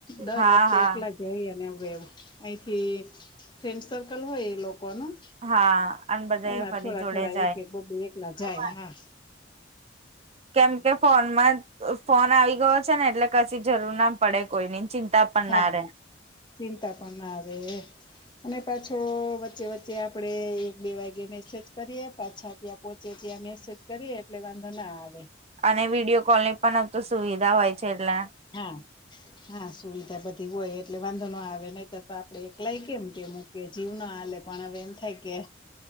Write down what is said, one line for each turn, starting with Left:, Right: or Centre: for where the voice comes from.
Left: દર
Right: હા
Left: વખતે
Right: હા
Left: એકલા જઈ અને હવે એ અહીંથી ફ્રેન્ડ સર્કલ હોય એ લોકોનું
Right: હા અન બધે
Left: એમાં
Right: ફરી
Left: થોડા
Right: જોડે
Left: થોડા
Right: જાય
Left: એક એક બબે એકલા જાય હા
Right: કેમ કેમ? ફોનમાં ફોન આવી ગયો છે ને એટલે કશી જરૂર ના પડે કોઈની ચિંતા પણ
Left: હા
Right: ના રહેે.
Left: ચિંતા પણ ના રે અને પાછો વચ્ચે વચ્ચે આપણે એક બે વાગ્યે મેસેજ કરીએ પાછા. ત્યાં પહોંચે ત્યાં મેસેજ કરીએ એટલે વાંધો ના આવે.
Right: અને વિડિયો કોલ ની પણ તો સુવિધા હોય છે એટલે
Left: હા હા સુવિધા બધી હોય એટલે વાંધો ન આવે નહીંતર તો આપડે એકલાય કેમ? કે મૂકી જીવ ના હાલે પણ હવે એમ થાય કે